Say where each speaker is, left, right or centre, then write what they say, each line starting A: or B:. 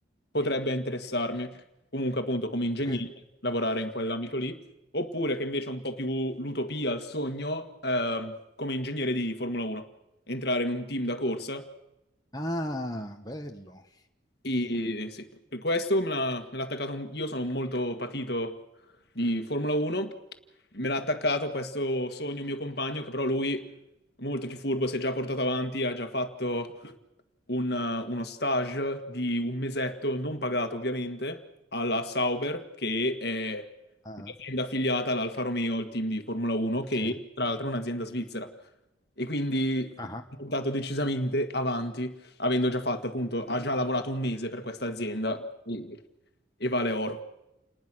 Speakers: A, on the left; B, on the left.
A: potrebbe interessarmi, comunque appunto come ingegnere,
B: perché-
A: lavorare in quell'ambito lì oppure che invece è un po' più l'utopia, il sogno, ehm, come ingegnere di Formula 1, entrare in un team da corsa
B: ah, bello.
A: e
B: Mm,
A: sì, per questo me l'ha me l'ha attaccato. un- Io sono molto patito di Formula 1. Me l'ha attaccato questo sogno mio compagno, che però lui, molto più furbo, si è già portato avanti. Ha già fatto un- uno stage di un mesetto, non pagato ovviamente, alla Sauber, che è
B: ah,
A: un'azienda affiliata all'Alfa Romeo, il team di Formula 1, che
B: sì.
A: tra l'altro è un'azienda svizzera. E quindi
B: Ah.
A: è portato decisamente avanti avendo già fatto appunto, ha già lavorato un mese per questa azienda Sì. e vale oro.